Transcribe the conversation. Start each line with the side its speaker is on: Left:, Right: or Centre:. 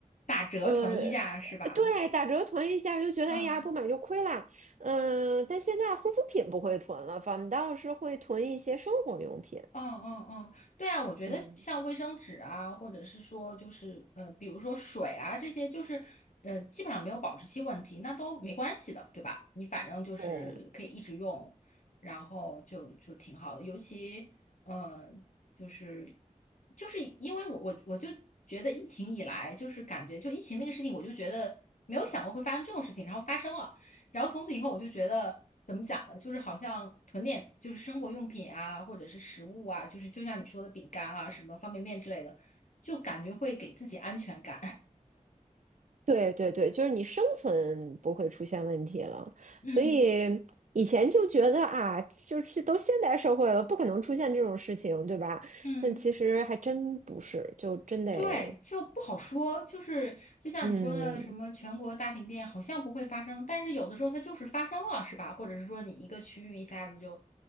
Left: 打折囤一下是吧？
Right: 呃，对，打折囤一下就觉得哎呀不买就亏啦，
Left: 嗯。
Right: 嗯、但现在护肤品不会囤了，反倒是会囤一些生活用品，
Left: 嗯嗯嗯，对啊，我觉得像卫生纸啊，
Right: 嗯，
Left: 或者是说就是呃，比如说水啊这些，就是呃，基本上没有保质期问题，那都没关系的，对吧？你反正就是可以一直用，
Right: 对。
Left: 然后就就挺好的。尤其呃，就是就是因为我我我就觉得疫情以来，就是感觉就疫情那个事情，我就觉得没有想过会发生这种事情，然后发生了。然后从此以后，我就觉得怎么讲呢？就是好像囤点就是生活用品啊，或者是食物啊，就是就像你说的饼干啊、什么方便面之类的，就感觉会给自己安全感。<laughs>
Right: 对对对，就是你生存不会出现问题了，
Left: 嗯
Right: 所以以前就觉得啊，就是都现代社会了，不可能出现这种事情，对吧？
Left: 嗯。
Right: 但其实还真不是，就真得，
Left: 对，就不好说，就是就像你说的，
Right: 嗯
Left: 什么全国大停电好像不会发生，但是有的时候它就是发生了，是吧？或者是说你一个区域一下子就